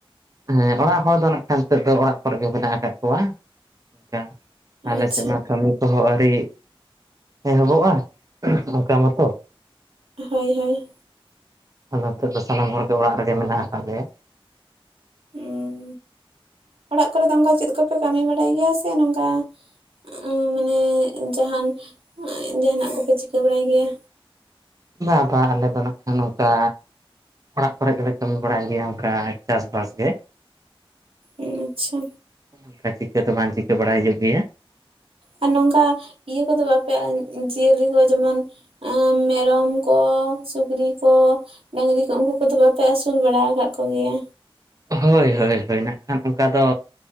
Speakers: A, on the right (about 40°); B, on the right (about 75°).
A: ᱦᱮᱸ ᱚᱲᱟᱜ ᱦᱚᱲ ᱫᱚ ᱱᱟᱜ ᱠᱷᱟᱱ ᱱᱤᱛᱚᱜ ᱫᱚ ᱚᱲᱟᱜ ᱠᱚᱨᱮᱜ ᱜᱮ ᱢᱮᱱᱟᱜ ᱟᱠᱟᱫ ᱠᱚᱣᱟ। ᱚᱱᱠᱟ ᱟᱞᱮ
B: ᱟᱪᱪᱷᱟ
A: ᱥᱮᱫ ᱢᱟ ᱠᱟᱹᱢᱤ ᱠᱚᱦᱚᱸ ᱟᱹᱣᱨᱤ ᱮᱦᱚᱵᱚᱜᱼᱟ। ᱚᱱᱠᱟ ᱢᱚᱛᱼᱼ
B: ᱦᱳᱭ ᱦᱳᱭ᱾
A: ᱟᱫᱚ ᱦᱤᱛᱚᱜ ᱫᱚ ᱥᱟᱱᱟᱢ ᱦᱚᱲ ᱜᱮ ᱚᱲᱟᱜ ᱨᱮᱜᱮ ᱢᱮᱱᱟᱜ ᱟᱠᱟᱫ ᱞᱮᱭᱟ।
B: ᱩᱸ ᱚᱲᱟᱜ ᱠᱚᱨᱮ ᱫᱚ ᱚᱱᱠᱟ ᱪᱮᱫ ᱠᱚᱯᱮ ᱠᱟᱹᱢᱤ ᱵᱟᱲᱟᱭ ᱜᱮᱭᱟ ᱥᱮ ᱱᱚᱝᱠᱟᱼᱼ ᱟᱸ ᱢᱟᱱᱮ ᱡᱟᱦᱟᱱ ᱡᱟᱦᱟᱱᱟᱜ ᱠᱚᱯᱮ ᱪᱤᱠᱟᱹ ᱵᱟᱲᱟᱭ ᱜᱮᱭᱟ?
A: ᱵᱟ ᱵᱟ ᱟᱞᱮ ᱫᱚ ᱱᱟᱜ ᱠᱷᱟᱱ ᱱᱚᱝᱠᱟ ᱚᱲᱟᱜ ᱠᱚᱨᱮᱜ ᱜᱮᱞᱮ ᱠᱟᱹᱢᱤ ᱵᱟᱲᱟᱭ ᱜᱮᱭᱟ ᱚᱱᱠᱟ ᱪᱟᱥᱵᱟᱥ ᱜᱮ।
B: ᱟᱪᱪᱷᱟ᱾
A: ᱚᱱᱠᱟ ᱪᱤᱠᱟᱹ ᱫᱚ ᱵᱟᱝ ᱪᱤᱠᱟᱹ ᱵᱟᱲᱟᱭ ᱦᱩᱭᱩᱜ ᱜᱮᱭᱟ᱾
B: ᱟᱨ ᱱᱚᱝᱠᱟ ᱤᱭᱟᱹ ᱠᱚᱫᱚ ᱵᱟᱯᱮ ᱡᱤᱭᱟᱹᱞᱤ ᱠᱚ ᱡᱮᱢᱚᱱ ᱮᱸ ᱢᱮᱨᱚᱢ ᱠᱚ, ᱥᱩᱠᱨᱤ ᱠᱚ᱾ ᱰᱟᱹᱟᱝᱨᱤ ᱠᱚ᱾ ᱩᱱᱠᱩ ᱠᱚᱫᱚ ᱵᱟᱯᱮ ᱟᱹᱥᱩᱞ ᱵᱟᱲᱟᱣ ᱟᱠᱟᱫ ᱠᱚ ᱜᱮᱭᱟ᱾
A: ᱦᱳᱭ ᱦᱳᱭ ᱦᱳᱭ ᱱᱟᱜ ᱠᱷᱟᱱ ᱚᱱᱠᱟ ᱫᱚ